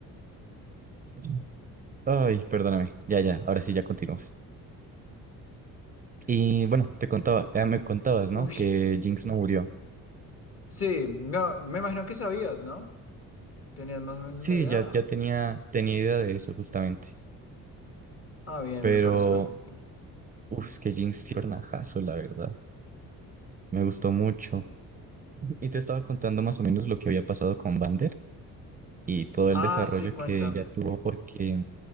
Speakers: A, on the right; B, on the left.
A: <laughs> Ay, perdóname. Ya, ya, ahora sí, ya continuamos. Y bueno, te contaba, eh, me contabas, ¿no?
B: Uy,
A: Que Jinx no murió.
B: sí, no, me imagino que sabías, ¿no? Tenías más o menos
A: Sí,
B: la idea.
A: ya, ya tenía, tenía idea de eso justamente.
B: Ah, bien,
A: Pero,
B: me parece perfecto.
A: uff, que Jinx sí fue un ajazo, la verdad. Me gustó mucho. Y te estaba contando más o menos lo que había pasado con Vander y todo
B: Ah,
A: el desarrollo
B: sí, cuenta.
A: que ella tuvo porque,